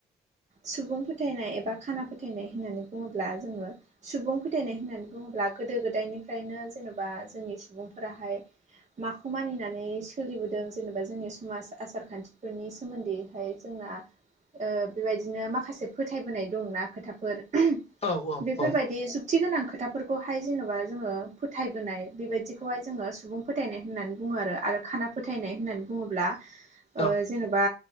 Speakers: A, on the right; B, on the left.
A: सुबुं फोथायनाय एबा खाना फोथायनाय होननानै बुङोब्ला जोङो सुबुं फोथायनाय होननानै बुङोब्ला गोदो गोदायनिफ्रायनो जेन'बा जोंनि सुबुंफोराहाय माखौ मानिनानै सोलिबोदों जेनेबा जोंनि समाज आसार खान्थिफोरनि सोमोन्दैहाय जोंना ओ बेबायदिनो माखासे फोथायबोनाय दंना खोथाफोर
B: औ औ
A: बेफोरबायदि
B: औ
A: जु जुगथि गोनां खोथाफोरखौ हाय जेन'बा जोंङो फोथायबोनाय बेबायदिखौ हाय जोंङो सुबुं फोथायनाय होननानै बुङो आरो खाना फोथायनाय होननानै बुङोब्ला
B: <inaudible>
A: ओ जेनेबा